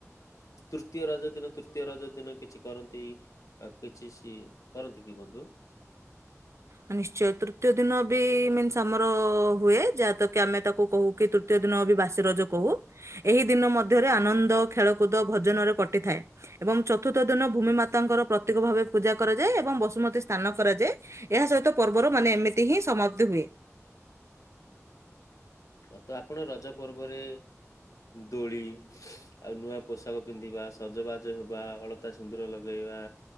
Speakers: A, on the left; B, on the right.
A: ତୃତୀୟ ରଜ ଦିନ ତୃତୀୟ ରଜ ଦିନ କିଛି କରନ୍ତି? ଆଉ କିଛି ସିଏ କରନ୍ତି କି ବନ୍ଧୁ?
B: ହଁ ନିଶ୍ଚୟ ତୃତୀୟ ଦିନ ବି ମିନ୍ସ ଆମର ହୁଏ ଯାହାତ କି ଆମେ ତାକୁ କହୁ କି ତୃ ଦୃତୀୟ ଦିନ ବି ବାସି ରଜ କହୁ ଏହି ଦିନ ମଧ୍ୟରେ ଆନନ୍ଦ ଖେଳକୁଦ ଭଜନରେ କଟିଥାଏ। ଏବଂ ଚତୁର୍ଥ ଦିନ ଭୂମି ମାତାଙ୍କର ପ୍ରତୀକ ଭାବେ ପୂଜା କରାଯାଏ ଏବଂ ବସୁମତୀ ସ୍ନାନ କରାଯାଏ। ଏହା ସହିତ ପର୍ବର ମାନେ ଏମିତି ହିଁ ସମାପ୍ତି ହୁଏ।
A: ହ ତ ଆପଣ ରଜ ପର୍ବରେ ଦୋଳି ଆଉ ନୂଆ ପୋଷାକ। ପଷାକ ପିନ୍ଧିବା ସଜବାଜ ହେବା ଅଳତା ସିନ୍ଦୁର ଲଗେଇବା